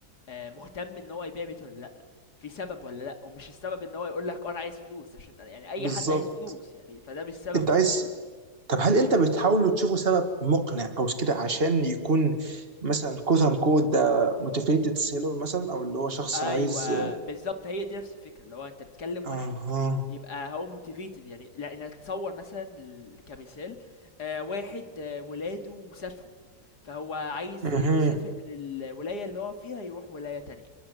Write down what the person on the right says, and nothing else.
بالظبط
انت
عايز طب هل انت بتحاولوا تشوفوا سبب مقنع او كده عشان يكون مثلا كوت ان كود ده موتيفيتد سيلر مثلا او اللي هو شخص
عايز
اها
اها